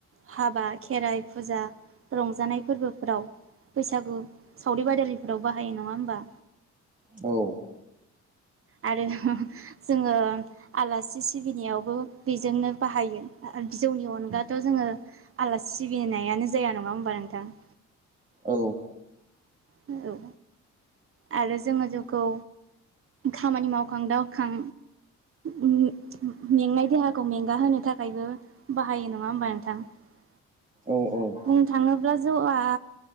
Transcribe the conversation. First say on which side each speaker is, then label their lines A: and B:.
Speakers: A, on the right; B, on the right.
A: हाबा, खेराइ फुजा रंजानाय फोरबो फोराव बैसागु सावरि बादालिफोराव बाहायो नङा होमबा?
B: औ
A: आरो जोङो आलासि सिबिनायावबो बेजोंनो बाहायो आरो जौनि अनगाथ' जोङो आलासि सिबिनायानो जाया नङा होमबा नोंथां?
B: औ
A: औ आरो जोङो जौखौ खामानि मावखां दावखां ओम ओम मेंनाय देहाखौ मेंगाहोनो थाखायबो बाहायो नङा होमबा नोंथां? <unintelligible>
B: औ औ
A: बुंनो थाङोब्ला जौआ